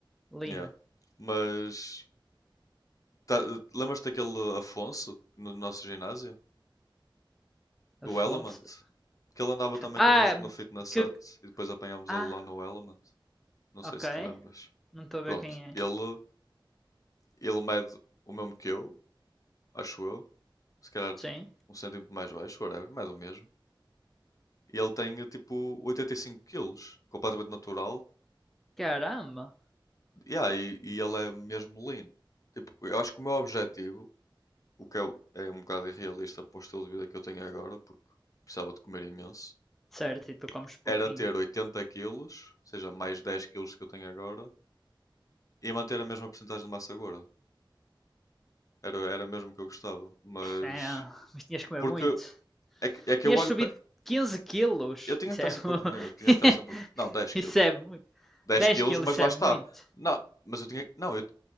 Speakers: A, in the centre; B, on the left.
A: Lina.
B: Yeah. Mas tá- lembras-te daquele Afonso no nosso ginásio? Do
A: Afonso.
B: Element? Que ele andava também
A: Ah,
B: connosco no Fitness
A: que.
B: Hut e depois apanhámos
A: Ah,
B: ele lá no Element. Não
A: ok.
B: sei se te lembras.
A: Não estou a ver
B: Pronto,
A: quem é.
B: ele, ele mede o mesmo que eu, acho eu. se calhar tipo
A: Sim.
B: um centímetro mais baixo, whatever, mais ou mesmo. E ele tem tipo 85 quilos, completamente natural.
A: Caramba.
B: Yeah, e, e ele é mesmo lean. Tipo, eu acho que o meu objetivo, o que é, é um bocado irrealista para o estilo de vida que eu tenho agora, porque precisava de comer imenso,
A: Certo, e tu comes pouquinho.
B: era ter 80 quilos, ou seja, mais 10 quilos que eu tenho agora, e manter a mesma porcentagem de massa gorda. Era, era mesmo que eu gostava. Mas.
A: É, mas tinhas que comer
B: Porque
A: muito.
B: é que, é que
A: Tinhas
B: eu olho
A: subido
B: para.
A: 15 quilos.
B: Eu tinha
A: Isso
B: que estar
A: é
B: sempre
A: muito.
B: a comer, eu tinha
A: <laughs>
B: que estar sempre a... Não, 10
A: Isso
B: quilos.
A: é muito.
B: dez
A: 10
B: quilos,
A: quilos,
B: mas
A: isso
B: lá
A: é
B: está.
A: muito.
B: Não, mas eu tinha. Não, eu